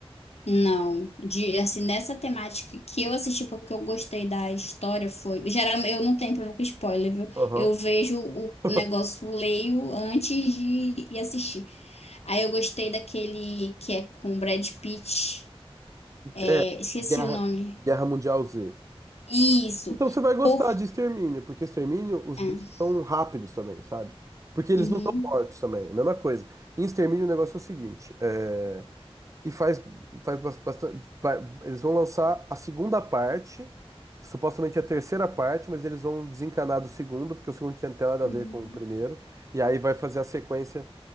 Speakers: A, on the left (about 90°); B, on the right (about 30°).
A: Não, de assim nessa temática que eu assisti porque eu gostei da história foi, geral eu não tenho problema com spoiler, viu?
B: Aham.
A: Eu vejo o
B: <laughs>
A: o negócio, leio antes de ir assistir. Aí eu gostei daquele que é com o Brad Pitt, é,
B: É,
A: esqueci
B: Guerra,
A: o nome.
B: Guerra Mundial Z.
A: Isso.
B: Então você vai gostar
A: Por...
B: de Extermínio, porque Extermínio os
A: É.
B: bichos são rápidos também, sabe? Porque eles
A: Uhum,
B: não estão mortos também, é a mesma coisa. Em Extermínio o negócio é o seguinte, é, e faz, faz bastante, eles vão lançar a segunda parte, supostamente a terceira parte, mas eles vão desencanar do segundo, porque o segundo não tinha nada
A: uhum,
B: a ver com o primeiro, e aí vai fazer a sequência